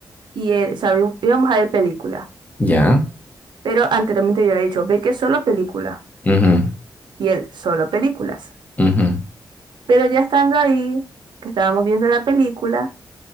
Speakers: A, on the right (about 75°); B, on the left (about 20°).
A: y él, sabe, íbamos a ver películas.
B: ya.
A: Pero anteriormente yo le he dicho, ve que solo películas.
B: Ujú,
A: Y él, solo películas.
B: ujú,
A: Pero ya estando ahí, que estábamos viendo la película,